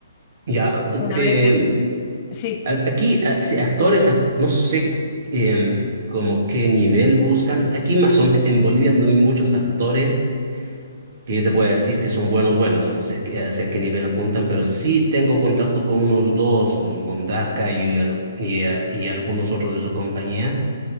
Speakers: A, on the right; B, on the left.
A: Ya,
B: Una
A: eh,
B: vez que, sí,
A: a- aquí, a- sí, actores, act- no sé eh, como qué nivel buscan. Aquí más o menos, en Bolivia no hay muchos actores que yo te pueda decir que son buenos, buenos, a no sé qué- hacia qué nivel apuntan, pero sí tengo contacto con unos dos, el Mondaca y, al- y, eh, y algunos otros de su compañía,